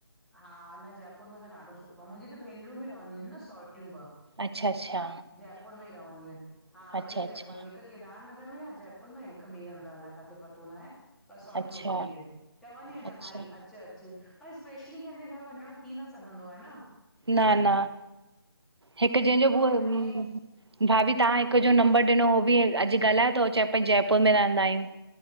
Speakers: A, in the centre; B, on the right (about 90°).
A: हा न जयपुर में त ॾाढो सुठो आ, मुंहिंजी त भेनरूं बि रहंदियूं आहिन न सोटियूं ॿ।
B: अच्छा अच्छा
A: जयपुर में ई रहंदियसि आहिन, हा
B: अच्छा
A: ॿई
B: अच्छा
A: जयपुर में हिकु केदार नगर में आ जयपुर में, हिकु ॿिए हंधि आ, अलाए काथे आ पतो न आहे। ॿ सौटियूं
B: अच्छा
A: उते ई आहिन, चवंदी आन
B: अच्छा
A: इलाही अच अचु, पर स्पेशली कंहिंजे घर वञण थी न सघंदो आहे न।
B: न न हिकु
A: ईअं
B: जंहिंजो
A: त ईअं माण्हू
B: ब
A: वञे
B: भाभी तहां
A: हा
B: हिक जो नंबर ॾिनो हो बि अॼु ॻल्हाए थो चए प्यो जयपुर में रहंदा आहियूं त्